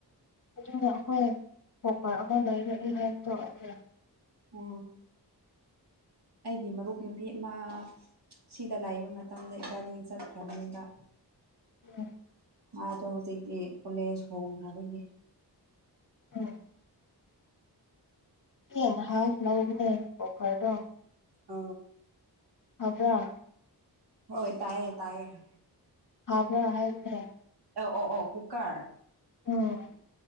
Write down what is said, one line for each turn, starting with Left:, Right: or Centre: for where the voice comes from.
Left: ꯑꯗꯨꯏꯗꫭ ꯑꯧꯈꫭꯏ ꯊꯣꯛꯄ꯭ꯔ ꯑꯃ ꯂꯩꯔꯛꯑ ꯍꯥꯏꯕꯗꫭ ꯑꫭꯏꯗꫭꯏꯔ
Right: ꯎ ꯑꯩꯒꯤ ꯃꯔꯨꯞ ꯅꯨꯄꯤ ꯑꯃ ꯁꯤꯗ ꯂꯥꯛꯏꯕ ꯃꯇꯝꯗ ꯏꯕꯥꯅꯤ ꯆꯠꯈ꯭ꯔꯕꯅꯦꯕ
Left: ꯑꯣꯝ
Right: ꯃꯥꯗꯣ ꯍꯧꯖꯤꯛꯇꯤ ꯀꯣꯂꯦꯖ ꯍꯣꯡꯈ꯭ꯔꯗꯒꯤ
Left: ꯎꯃ ꯇꯦꯟ ꯍꯥꯞ ꯂꯧꯕꯅꯦ ꯕ꯭ꯔꯣꯀꯔꯗꯣ
Right: ꯑ
Left: ꯐꯕ꯭ꯔ
Right: ꯍꯣꯏ ꯇꯥꯏꯌꯦ ꯇꯥꯏꯌꯦ
Left: ꯐꯕ꯭ꯔ ꯍꯥꯏꯕꯔꯦ
Right: ꯑꯣ ꯑꯣ ꯑꯣ ꯍꯨꯛꯀꯔ
Left: ꯎꯝ